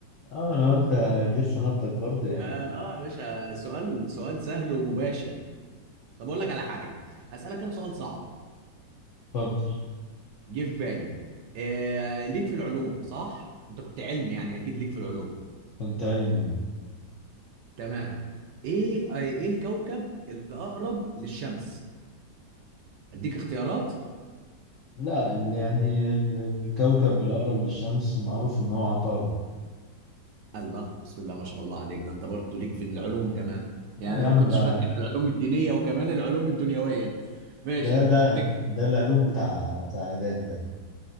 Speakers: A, on the left; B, on the right.
A: أه أنا قلت جس نبضك برضه يعني
B: فا، اه يا باشا سؤال سؤال سهل ومباشر طب أقول لك على حاجة هسألك أنا سؤال صعب
A: اتفضل
B: جه في بالي آه ليك في العلوم صح؟ انت كنت علمي يعني اكيد ليك في العلوم
A: كنت علمي أهو
B: تمام ايه ايه الكوكب الاقرب للشمس؟ اديك اختيارات؟
A: لا ال- يعني ال- الكوكب الأقرب للشمس معروف إن هو عطارد
B: الله بسم الله ما شاء الله عليك ده انت برضو ليك في العلوم كمان يعني
A: آه يا
B: انا
A: عم
B: ما كنتش
A: ده
B: فاكر العلوم الدينية وكمان العلوم الدنيوية ماشي
A: ده
B: يا باشا
A: ده
B: تكسب
A: ده العلوم بتاع بتاع اعدادي ده